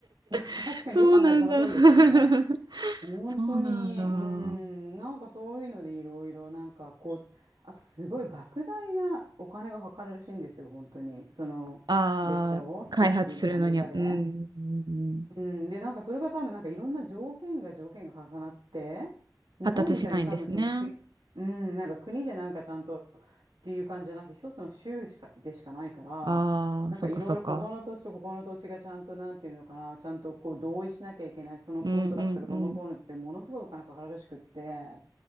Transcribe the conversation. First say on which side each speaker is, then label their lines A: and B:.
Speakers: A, on the right; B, on the right.
A: <laughs>
B: <laughs>
A: 確かによく考えてその通りですよね。
B: そうなんだ。<laughs>
A: 本当に、
B: そうなんだ。
A: うん、なんかそういうのでいろいろ、なんかこう、あとすごい莫大なお金がかかるらしいんですよ、本当に。その列車を引くっていうのはアメリカで。
B: ああ、開発するのには、うん、うんうん
A: うん、で、なんかそれが多分なんかいろんな条件が条件が重なって、日本みたいに多分その国、
B: 発達しないんですね。
A: うん、なんか国でなんかちゃんとっていう感じじゃなくて、一つの州しか、でしかないから、
B: ああ、
A: なんかいろいろここの土地とここの土地がちゃんとなんていうのかな、
B: そうかそうか。
A: ちゃんとこう同意しなきゃいけない、そのコントラクトがどうのこうのってものすごいお金かかるらしくって、
B: うんうんうん。